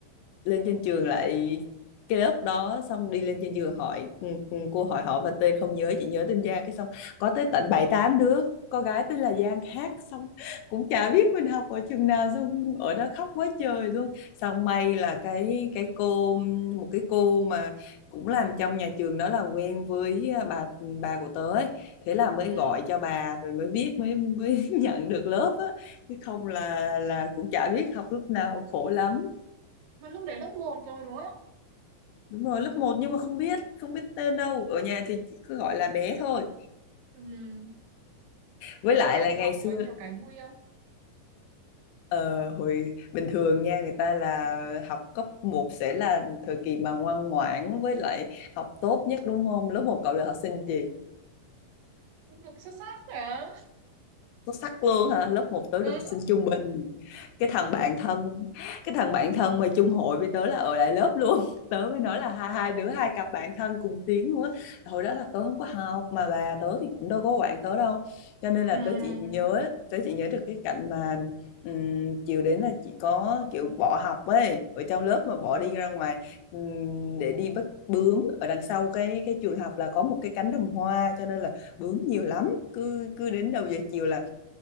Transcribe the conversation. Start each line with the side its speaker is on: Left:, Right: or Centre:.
Left: lên trên trường lại cái lớp đó xong đi lên trên trường hỏi ừ, ừ, cô hỏi họ và tên không nhớ chỉ nhớ tên Giang cái xong có tới tận bảy tám đứa con gái tên là Giang khác xong cũng chả biết mình học ở trường nào xong ở đó khóc quá trời luôn xong may là cái cái cô một cái cô mà cũng làm trong nhà trường đó là quen với à, bà bà của tớ ấy. thế là mới
Right: ừ
Left: gọi cho bà rồi mới biết mới mới <laughs> nhận được lớp á chứ không là là cũng chả biết học lúc nào khổ lắm
Right: mà lúc đấy lớp một rồi đúng không
Left: Đúng rồi, lớp một nhưng mà không biết, không biết tên đâu. Ở nhà thì chỉ cứ gọi là bé thôi.
Right: ừ
Left: Với
Right: nhưng
Left: lại
Right: mà cậu
Left: là
Right: đi
Left: ngày
Right: học
Left: xưa
Right: có nhiều cái vui không
Left: ờ, hồi bình thường nha, người ta là học cấp một sẽ là thời kỳ mà ngoan ngoãn với lại học tốt nhất đúng không? Lớp một cậu là học sinh gì?
Right: cũng được xuất sắc hả
Left: xuất sắc luôn hả lớp một tớ
Right: ừ
Left: được học sinh trung bình cái thằng bạn thân cái thằng bạn thân mà chung hội với tớ là ở lại lớp luôn <laughs> tớ mới nói là hai hai đứa hai cặp bạn thân cùng tiếng luôn á hồi đó là tớ không có học mà bà tớ thì cũng đâu có quản tớ đâu cho nên là
Right: ừ
Left: tớ chỉ nhớ tớ chỉ nhớ được cái cảnh mà ừm, chiều đến là chỉ có kiểu bỏ học ấy ở trong lớp mà bỏ đi ra ngoài ừm, để đi bắt bướm ở đằng sau cái cái trường học là có một cái cánh đồng hoa cho nên là bướm nhiều lắm cứ cứ đến đầu giờ chiều là